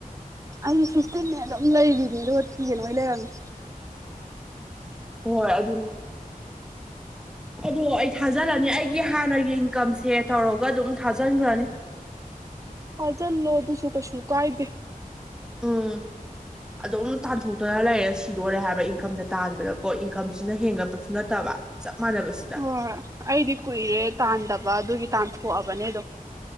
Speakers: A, on the right (about 20°); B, in the centre.
A: ꯑꯩꯁꯨ ꯁꯤꯁꯇꯤꯟꯅ ꯑꯗꯨꯝ ꯂꯩꯔꯤꯅꯦ ꯑꯗꯨꯠꯄꯤꯤꯒꯦꯅꯣꯣꯏ ꯂꯩꯔꯝꯃꯦ
B: ꯍꯣꯏ ꯑꯗꯨꯅꯦ ꯑꯗꯣ ꯑꯩ ꯊꯥꯖꯜꯂꯅꯤ ꯑꯩꯒꯤ ꯍꯥꯟꯅꯒꯤ ꯏꯟꯀꯝꯁꯦ ꯇꯧꯔꯒ ꯑꯗꯨꯝ ꯊꯥꯖꯟꯈ꯭ꯔꯅꯤ
A: ꯐꯥꯖꯤꯜꯂꯣ ꯑꯗꯨꯁꯨ ꯀꯩꯁꯨ ꯀꯥꯏꯗꯦ
B: ꯎꯝ ꯑꯗꯨꯝ ꯇꯥꯟꯊꯣꯛꯇꯅ ꯂꯩꯔꯦ ꯁꯤꯗꯣꯔꯦ ꯍꯥꯏꯕ ꯏꯟꯀꯝꯗ ꯇꯥꯟꯕꯗꯀꯣ ꯏꯟꯀꯝꯁꯤꯅ ꯍꯦꯟꯒꯠꯄꯁꯨ ꯅꯠꯇꯕ ꯆꯞ ꯃꯥꯟꯅꯅꯕꯁꯤ
A: ꯍꯣꯏꯣꯏ ꯑꯩꯗꯤ ꯀꯨꯏꯔꯦ ꯇꯥꯟꯗꯕ ꯑꯗꯨꯒꯤ ꯇꯥꯟꯊꯣꯛꯑꯕꯅꯦ ꯑ ꯑꯗꯨꯝ